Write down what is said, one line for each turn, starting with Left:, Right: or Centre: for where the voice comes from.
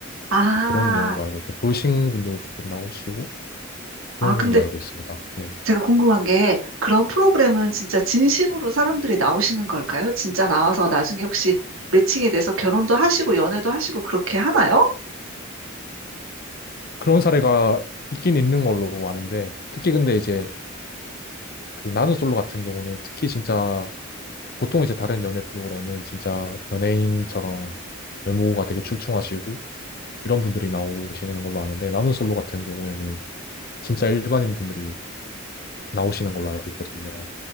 Right: 아,
Left: 이제 그런 내용으로 알고 있고 돌싱 분들 조금 나오시고
Right: 아,
Left: 그런
Right: 근데
Left: 걸로 알고 있습니다. 네.
Right: 제가 궁금한 게 그런 프로그램은 진짜 진심으로 사람들이 나오시는 걸까요? 진짜 나와서 나중에 혹시 매칭이 돼서 결혼도 하시고 연애도 하시고 그렇게 하나요?
Left: 그런 사례가 있긴 있는 걸로 아는데 특히 근데 이제 그 나는 솔로 같은 경우는 특히 진짜 보통 이제 다른 연애 프로그램은 진짜 연예인처럼 외모가 되게 출중하시고 이런 분들이 나오시는 걸로 아는데 나는 솔로 같은 경우에는 진짜 일반인 분들이 나오시는 걸로 알고 있거든요.